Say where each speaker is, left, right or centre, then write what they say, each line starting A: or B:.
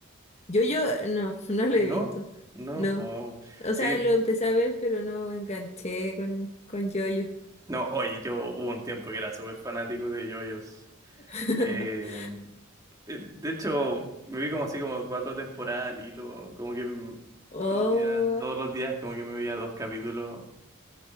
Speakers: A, on the left; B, on the right.
A: Yo, yo, no, <laughs> no lo
B: ¿No?
A: he visto.
B: No,
A: No.
B: wow.
A: O
B: Sí,
A: sea, lo empecé a ver, pero no enganché con, con yo-yo.
B: no, oye, yo hubo un tiempo que era súper fanático de yoyos.
A: <laughs>
B: Eh, eh, de hecho, me vi como así como cuatro temporadas al hilo, como que mm,
A: Oh.
B: todos los días, todos los días como que me veía dos capítulos